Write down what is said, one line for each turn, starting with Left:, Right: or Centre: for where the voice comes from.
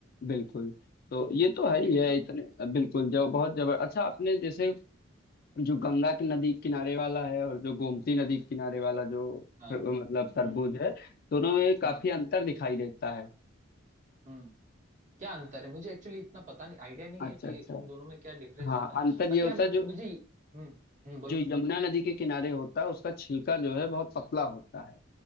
Left: बिल्कुल तो ये तो है ही
Right: है कि
Left: है
Right: नहीं
Left: इतने बिल्कुल जो बहुत जबर अच्छा आपने जैसे जो गंगा की नदी किनारे वाला है और जो गोमती नदी के किनारे वाला जो
Right: हाँ
Left: मतलब तरबूज
Right: हम्म
Left: है दोनों में काफी
Right: हम्म
Left: अंतर दिखाई देता है
Right: हम्म क्या अंतर है मुझे एक्चुअली इतना पता नहीं आइडिया नहीं है
Left: अच्छा
Right: कि
Left: अच्छा
Right: उन दोनों में क्या डिफरेंस
Left: हाँ
Right: आता है
Left: अंतर
Right: बाकी
Left: ये होता
Right: हाँ मुझे,
Left: है जो
Right: मुझे हम्म हम्म बोलो
Left: जो यमुना नदी के किनारे होता है उसका छिलका जो है बहुत पतला होता है